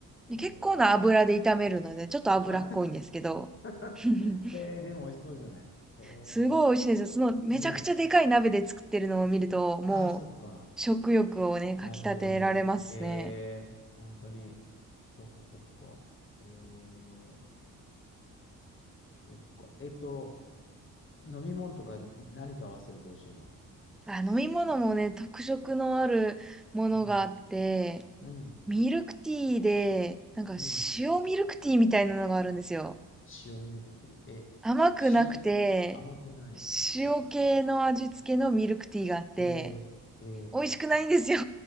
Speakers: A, on the left; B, in the centre.
A: ええー、
B: で結構な油で炒めるので、ちょっと脂っこいんですけど、
A: あ <laughs>
B: <laughs>
A: えー、でも美味しそうじゃない。ええ
B: すごい美味しいんですよ。その、めちゃくちゃでかい鍋で作ってるのを見ると、
A: ー、ねえ。
B: もう、
A: ああ、そっか。
B: 食欲をね、かき立てられますね。
A: なるほどね。ええ、本当に。そっかそっか。ええ、そっか。えっと、飲み物とか何と合わせると美味しいの
B: あ、飲み物もね、特色のあるものがあって、
A: うん。うん。
B: ミルクティーで、なんか塩ミルクティーみたいなのがあるんですよ。
A: うん。塩ミルクティー。え、
B: 甘くなくて、
A: 塩甘くない。
B: 塩系の味付けのミルクティーがあって、
A: うん。ええ、ええ。
B: 美味しくないんですよ。